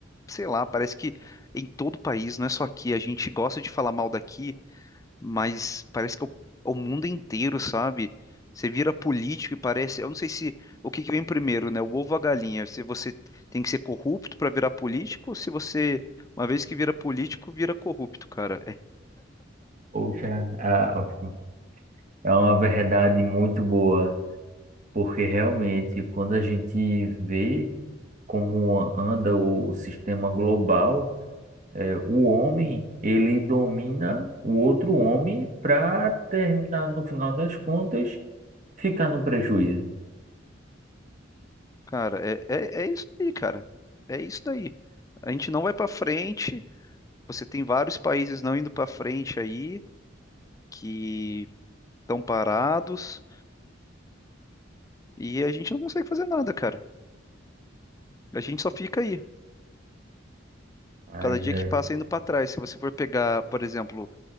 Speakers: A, on the left; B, on the right.
A: sei lá, parece que em todo o país, não é só aqui, a gente gosta de falar mal daqui, mas parece que é o, o mundo inteiro, sabe? Você vira político e parece, eu não sei se o que que vem primeiro, né? O ovo ou a galinha? Se você tem que ser corrupto para virar político, ou se você, uma vez que vira político, vira corrupto, cara.
B: poxa, a- a- é uma verdade muito boa, porque realmente quando a gente vê como anda o sistema global, é, o homem ele domina o outro homem para terminar no final das contas ficar no prejuízo.
A: Cara, é, é, é isso aí, cara. É isso daí. A gente não vai pra frente. Você tem vários países não indo pra frente aí, que estão parados, e a gente não consegue fazer nada, cara. A gente só fica aí.
B: Mas
A: Cada dia
B: é,
A: que passa indo pra trás. Se você for pegar, por exemplo,